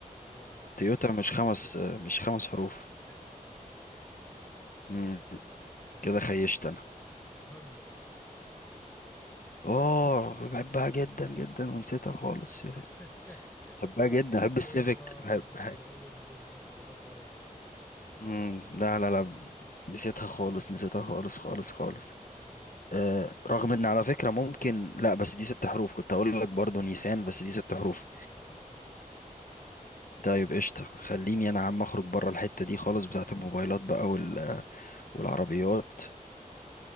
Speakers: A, on the left; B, on the left.
A: لا مش
B: تويوتا
A: ستة
B: مش خمس آه، مش خمس
A: ستة
B: حروف
A: ستة يا تيت.
B: مم،
A: آه...
B: كده خيشت انا
A: هوندا
B: اه بحبها جدا جدا ونسيتها خالص
A: <laughs>
B: يا أخي. بحبها
A: قلت لك
B: جدا بحب
A: مظلومة
B: السيفيك بحب
A: تسويقيا
B: بحب-
A: جدا عربية قوية جدا
B: مم، لا لا لا نسيتها خالص نسيتها خالص خالص خالص
A: مم.
B: آه، رغم ان على فكرة ممكن لا بس دي ست حروف كنت اقول لك برضو نيسان بس دي ست حروف
A: لا لا هوندا
B: طيب قشطة خليني انا عم اخرج بره الحتة دي خالص بتاعت الموبايلات بقى وال... والعربيات